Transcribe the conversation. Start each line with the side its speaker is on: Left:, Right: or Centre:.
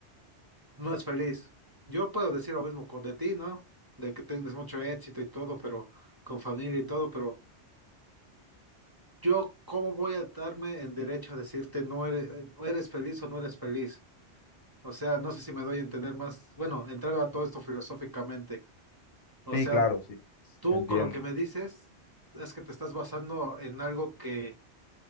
Right: no es feliz. Yo puedo decir lo mismo con de ti, ¿no? De que tienes mucho éxito y todo, pero con familia y todo, pero yo, ¿cómo voy a darme en derecho a decirte no eres, eh, o eres feliz o no eres feliz? O sea, no sé si me doy a entender más, bueno, entrando a todo esto filosóficamente. O
Left: Sí,
Right: sea,
Left: claro,
Right: Sí.
Left: sí, sí,
Right: tú
Left: te entiendo.
Right: con lo que me dices es que te estás basando en algo que,